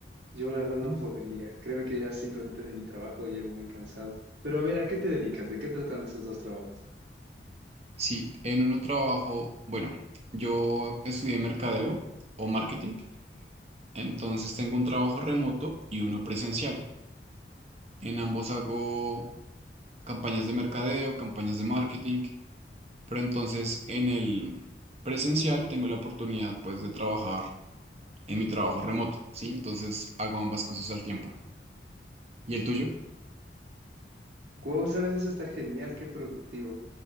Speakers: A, on the right; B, on the right.
A: Yo la verdad no
B: ¿Mm?
A: podría. Créeme que ya simplemente de mi trabajo llego muy cansado. Pero a ver, ¿a qué te dedicas? ¿De qué tratan esos dos trabajos?
B: Sí, en uno trabajo, bueno, yo estudié mercadeo o marketing, entonces tengo un trabajo remoto y uno presencial. En ambos hago campañas de mercadeo, campañas de marketing Pero entonces en el presencial tengo la oportunidad pues de trabajar en mi trabajo remoto, ¿sí? Entonces hago ambas cosas al tiempo. ¿Y el tuyo?
A: Wow, sabes, eso está genial, qué productivo.